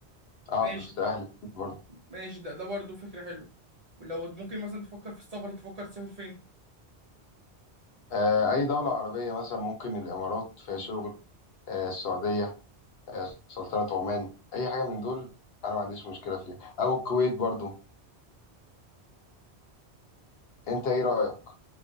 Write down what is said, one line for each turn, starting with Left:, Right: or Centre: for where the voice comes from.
Left: اقعد
Right: ماشي
Left: وسط اهلي برضه
Right: ماشي ده ده برضه فكره حلوه لو ممكن مثلا تفكر في السفر تفكر تسافر فين
Left: آه، اي دوله عربيه مثلا ممكن الامارات فيها شغل آه، السعوديه آه، سلطنة عمان أي حاجة من دول أنا ما عنديش مشكلة فيها أو الكويت برضو أنت إيه رأيك؟